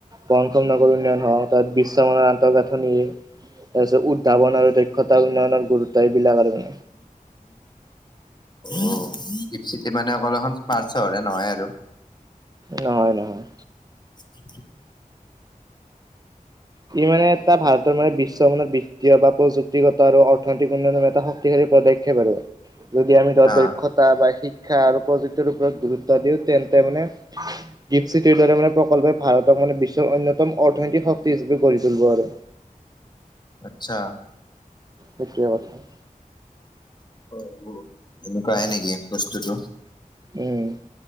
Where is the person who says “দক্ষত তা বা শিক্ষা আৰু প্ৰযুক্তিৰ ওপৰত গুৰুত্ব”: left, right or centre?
Right